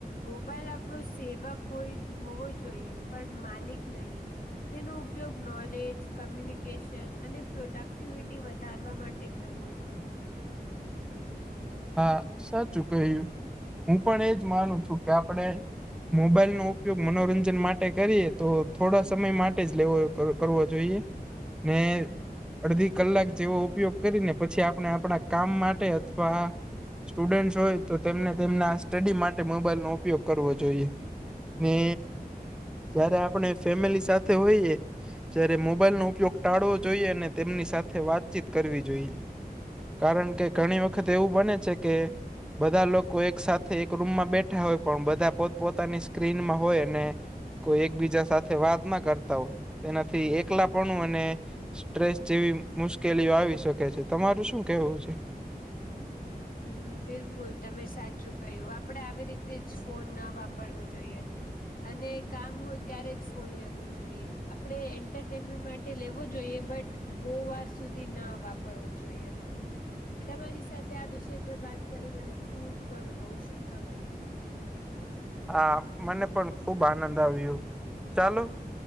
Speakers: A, on the left (about 60°); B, in the centre.
A: મોબાઈલ આપણો સેવક હોય હોવો જોઈએ પણ માલિક નહિં. તેનો ઉપયોગ નોલેજ, કમ્યુનિકેશન અને પ્રોડક્ટિવિટી વધારવા માટે, કરવો જોઇએ.
B: હા સાચું કહ્યું. હું પણ એજ માનું છું કે આપણે, મોબાઈલનો ઉપયોગ મનોરંજન માટે કરીએ તો થોડા સમય માટે જ કરવો જોઈએ. ને, અડધી કલાક જેવો ઉપયોગ કરીને પછી આપણે આપણા કામ માટે અથવા, સ્ટુડન્ટ હોય તો તેમને તેમના આ સ્ટડી માટે મોબાઈલ નો ઉપયોગ કરવો જોઈએ. ને જયારે આપણે ફેમિલી સાથે હોઈએ જ્યારે મોબાઈલ નો ઉપયોગ ટાળવો જોઈએ, અને તેમની સાથે વાતચીત કરવી જોઈએ. કારણ કે ઘણી વખત એવું બને છે કે બધા લોકો એક સાથે એક રૂમમાં બેઠા હોય પણ બધા પોત પોતાની સ્ક્રીનમાં હોય અને કોઈ એકબીજા સાથે વાત ના કરતા હોય તેનાથી એકલાપણું અને સ્ટ્રેસ જેવી મુશ્કેલીઓ આવી શકે છે. તમારું શું કહેવું છે?
A: હમ્મ, બિલકુલ તમે સાચું ક્હ્યું, આપડે આવી રીતે જ ફોન ના વાપરવો જોઈએ. અને કામ હોય ત્યારે જ ફોન લેવો જોઈએ, આપણે એન્ટરટેનમેન્ટ માટે લેવો જોઈએ બટ બહુ વાર સુધી ના વાપરવું જોઈએ, તમારી સાથ વિષય પર વાત કરી મને ખુબ ઘણું નવું શીખવા મળ્યું.
B: હા, મને પણ આનંદ આવ્યો, ચાલો